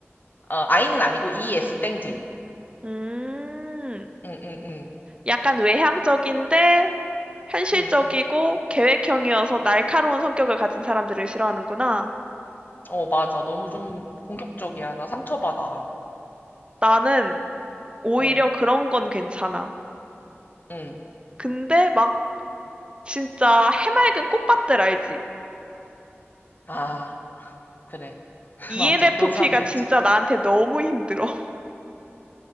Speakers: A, on the left; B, on the right.
A: 어 I는 아니고 E S 땡 J
B: 음.
A: 응응응 응.
B: 약간 외향적인데 현실적이고
A: 응. 응,
B: 계획형이어서
A: 응.
B: 날카로운 성격을 가진 사람들을 싫어하는구나.
A: 어 맞아 너무 좀 공격적이야 나 상처받아
B: 나는 오히려
A: 어
B: 그런 건 괜찮아.
A: 응.
B: 근데 막 진짜 해맑은 꽃밭들 알지?
A: 아 그래 <laughs>
B: ENFP가
A: 맞아 그런 사람들
B: 진짜
A: 있지
B: 나한테 너무 힘들어. <laughs>